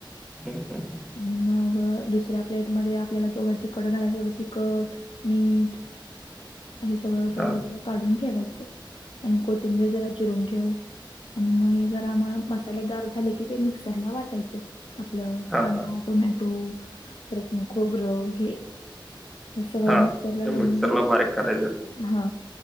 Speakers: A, in the centre; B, on the left (about 85°).
A: हम्म
B: आणि मग दुसऱ्या प्लेट मध्ये आपल्याला केवढं? तिखट घालायच, तेवढं तिखट, मीठ. हे सगळं एका
A: हा
B: बाजूलाच काढून ठेवायचं आणि कोथिंबीर जरा चिरून ठेव आणि मग हे जरा आम्हा मसाले गार झाले की ते मिक्सरला वाटायचं. आपलं
A: हा
B: कांदा
A: हा
B: टोमॅटो परतन खोबरं हे. हे सगळं
A: हा
B: मिक्सरला
A: ते
B: लावून
A: मिक्सरला
B: घे.
A: बारीक करायचं
B: हा.